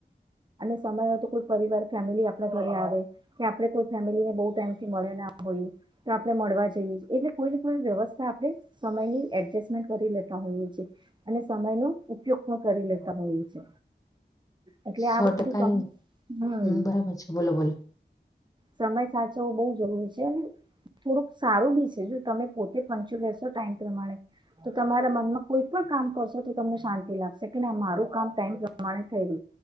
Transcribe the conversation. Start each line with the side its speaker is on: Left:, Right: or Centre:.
Right: સમ યકોઈ પરિવાર ફેમિલી આપ ઘરે આવે કે આપ- કોઈ ફેમિલીને બહુ ટાઈમથી મળે ના હોય તો આપણે મળવા જઈએ એટલે કોઈ ને કોઈ વ્યવસ્થા આપણે સમયની એડજસ્ટમેન્ટ કરી લેતા હોઈએ છે અને સમયનો ઉપયોગ પણ કરી લેતા હોઈએ છે. એટલે
Left: સો
Right: આ બધું
Left: ટકાની
Right: હમ.
Left: બરાબર છે બોલો બોલો
Right: સમય સાચવો બહુ જરી છે અને થોડુંક સારું બી છે જો તમે પોતે પંચો લેશો ટ પ્રમાણે તો તમારા મનમાં કોઈ પણ કામ કરશો તો તમને શાંતિ લાગશે કે ના મારું કામ ટાઈમ <unintelligible>